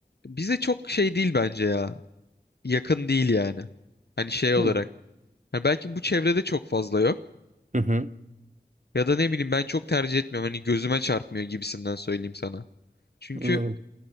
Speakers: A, on the left; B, on the right.
A: bize çok şey değil bence ya. Yakın değil yani. Hani şey olarak.
B: Hı
A: Hani belki bu çevrede çok fazla yok.
B: hı. hı.
A: Ya da ne bileyim ben çok tercih etmiyorum. Hani gözüme çarpmıyor gibisinden söyleyeyim sana. Çünkü
B: Anladım.